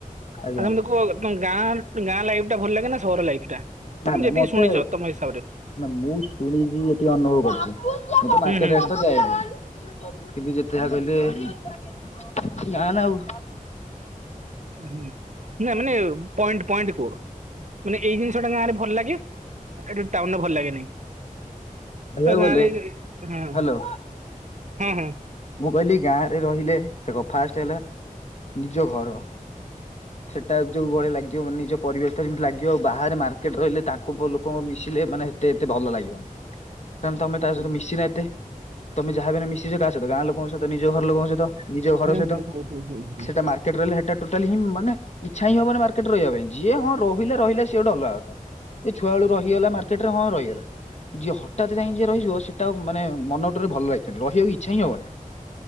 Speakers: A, on the left (about 50°); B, on the right (about 55°).
A: ଆଜ୍ଞା
B: ଆ ତମେ ତ କୁହ, ତମ ଗାଁ ଗାଁ ଲାଇଫ୍ ଟା ଭଲ ଲାଗେ ନା ସହର ଲାଇଫ୍ ଟା?
A: ନା
B: ତମେ
A: ନା
B: ଯେତିକି
A: ମତେ
B: ଶୁଣିଛ, ତମ ହିସାବ ରେ।
A: ନା ମୁଁ ଶୁଣଛି ଏଠି ଅନୁଭବ କରୁଛି। ମୁଁ ତ ମାର୍କେଟ
B: ହୁଁ ହୁଁ ହୁଁ
A: ଏତ ଯାଇନି। କିନ୍ତୁ ଯେତେ ଯାହା କହିଲେ ଗାଁ ନା ଆଉ।
B: ହୁଁ, ନା ମାନେ ପଏଣ୍ଟ ପଏଣ୍ଟ କୁହ। ମାନେ ଏଇ ଜିନିଷ ଟା ଗାଁରେ ଭଲ ଲାଗେ। ଏଟା ଟାଉନରେ ଭଲ ଲାଗେନି।
A: କହିବାକୁ
B: ତ ଗାଁ
A: ଗଲେ
B: ରେ ହଁ
A: ହ୍ୟାଲୋ
B: ହଁ ହଁ।
A: ମୁଁ କହିଲି ଗାଁ ରେ ରହିଲେ ଫାଷ୍ଟ ହେଲା, ନିଜ ଘର ସେଟା ଯୋଉ ଭଳି ଲାଗିବ, ମାନେ ନିଜ ପରିବେଶ ଟା ଯେମିତି ଲାଗିବ, ଆଉ ବାହାରେ ମାର୍କେଟ ରହିଲେ, ତାଙ୍କୁ ଲୋକଙ୍କୁ ମିଶିଲେ ମାନେ ହେତେ ଏତେ ଭଲ ଲାଗିବ ନି। କାରଣ ତମେ
B: ହୁଁ
A: ତା ସହିତ ମିଶି ନ ଏତେ। ତମେ ଯାହା ବି ହେଲେ ମିଶିଛ କାହ ସହିତ ଗାଁ ଲୋକଙ୍କ ସହିତ ନିଜ ଘର ଲୋକଙ୍କ ସହିତ। ନିଜ ଘର
B: ହୁଁ
A: ସହିତ,
B: ହୁଁ ହୁଁ ହୁଁ ହୁଁ ହୁଁ
A: ସେଟା ମାର୍କେଟ ରହିଲେ ହେଟା ଟୋଟାଲି ହିଁ ମାନେ, ଇଚ୍ଛା ହିଁ ହବ ନି ମାର୍କେଟରେ ରହିବା ପାଇଁ। ଯିଏ ହଁ ରହିଲେ ରହିଲା ସିଏ ଗୋଟେ ଅଲଗା କଥା। ଏ ଛୁଆ ବେଳୁ ରହିଗଲା ମାର୍କେଟ ରେ ହଁ ରହିଗଲା। ଯିଏ ହଠାତ୍ ଯାଇଁ ଯିଏ ରହିବଯିବ। ସେଟା ଆ ମାନେ ମନଟା ରେ ଭଲ ଲାଗିବନି ରହିବା କୁ ଇ ଚ୍ଛା ହିଁ ହବନି।